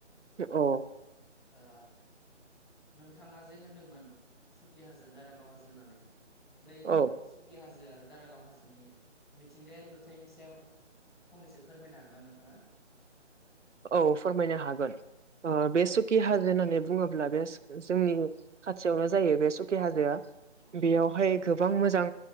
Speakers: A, on the right; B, in the centre.
A: अ
B: आ नोंथाङा जे होनदोंमोन सुकि हाजो, दारागाव हाजो होननानै बै
A: औ
B: सुकि हाजो आरो दारागाव हाजो जोंनि मिथिंगायारि नुथायनि सायाव फंनैसो फोरमायनो हागोन ना नोंथाङा?
A: औ फोरमायनो हागोन ।
B: औ
A: ओ बे सुकि हाजो होननानै बुङोब्ला बे जोंनिनो खाथियावनो जायो बे सुखि हाजोआ ।
B: औ
A: बेयावहाय गोबां मोजां